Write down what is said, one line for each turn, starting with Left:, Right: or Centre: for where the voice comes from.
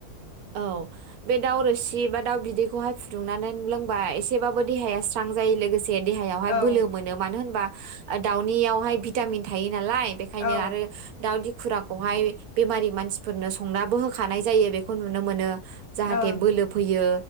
Right: औ बे दावरोसि सि बा दाउ बिदैखौहाय फु दुंनानै लोंबाय एसेबाबो देहाया स्रां जायो लोगोसे जे देहायावहाय
Left: औ
Right: बोलो मोनो मानो होनबा दाउनियावहाय भिटामिन थायो। नालाय बेखायनो
Left: औ ओं
Right: आरो दाउ खुराखौहाय बेमारि मानसिफोरनो संनाबो होखानाय जायो बे खौ नुनो मोनो। जाहाथे
Left: औ
Right: बोलो फैयो।